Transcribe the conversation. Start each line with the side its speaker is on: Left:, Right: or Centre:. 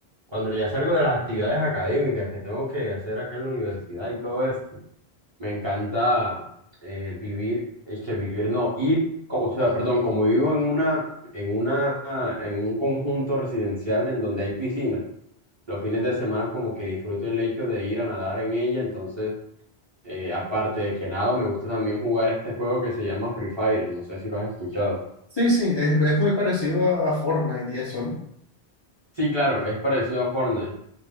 Right: cuando ya salgo de las actividades académicas que tengo que hacer acá en la universidad y todo esto, me encanta eh, vivir, es que vivir, no, ir, co- o sea, perdón, como vivo en una, en una, en un conjunto residencial en donde hay piscina, los fines de semana como que disfruto el hecho de ir a nadar en ella, entonces eh, aparte de que nado, me gusta también jugar este juego que se llama Free Fire. No sé si lo has escuchado.
Left: Sí, sí, es, es muy parecido a, a Fortnite y eso, ¿no?
Right: Sí, claro, es parecido a Fortnite,